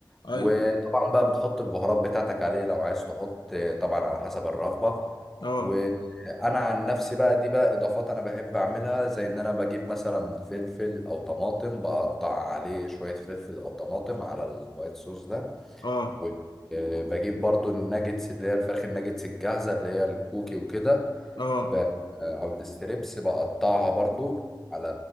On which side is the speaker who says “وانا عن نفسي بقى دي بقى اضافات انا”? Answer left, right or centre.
Centre